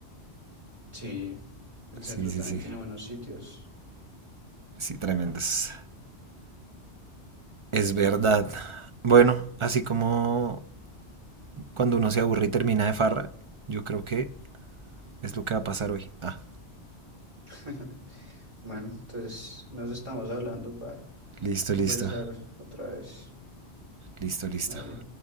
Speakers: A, on the right (about 20°); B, on the right (about 35°).
A: Sí, el
B: Sí,
A: centro
B: sí,
A: también
B: sí.
A: tiene buenos sitios.
B: Sí, tremendos. Es verdad. Bueno, así como cuando uno se aburre y termina de farra, yo creo que es lo que va a pasar hoy. Ah,
A: <laughs> Bueno, entonces nos estamos hablando para
B: listo,
A: conversar
B: listo.
A: otra vez.
B: Listo, listo.
A: Dale.